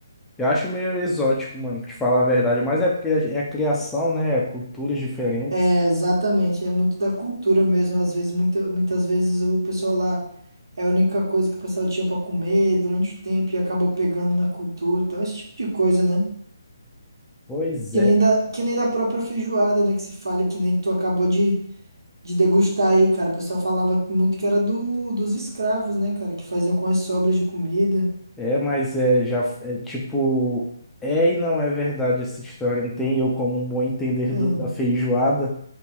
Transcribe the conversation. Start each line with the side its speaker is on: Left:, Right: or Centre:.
Centre: Eu acho meio exótico, mano, pra te falar a verdade. Mas é porque é a criação, né? É Culturas diferentes.
Right: É, exatamente. É muito da cultura mesmo. Às vezes, muita- muitas vezes o pessoal lá é a única coisa que o pessoal tinha pra comer durante o tempo e acabou pegando na cultura e tal, esse tipo de coisa, né?
Centre: Pois
Right: Que
Centre: é.
Right: nem da, que nem da própria feijoada, né? Que se fala, que nem que tu acabou de, de degustar aí, cara. O pessoal falava que muito que era do, dos escravos, né, cara? Que faziam com as sobras de comida.
Centre: É, mas é já é tipo. É e não é verdade essa história. Não tem eu como um bom entender
Right: Hum.
Centre: do- da feijoada.